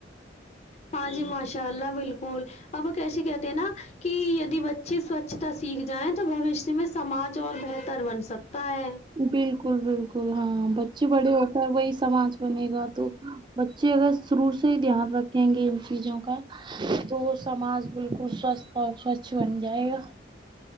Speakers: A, on the left; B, on the right.
A: ہاں جی ماشاء اللہ بالکل اب کیسے کہتے ہیں نا کہ یدی ب اچھی سوچھتا سیکھ جائیں تو بوشیہ میں سماج اور بہتر بن سکتا ہے
B: بالکل بالکل ہاں بچے بڑے ہو کر وہی سماج بنے گا تو بچے اگر شروع سے ہی دھیان رکھیں گے ان چیزوں کا تو سماج بالکل سوست اور سوچھ بن جائے گا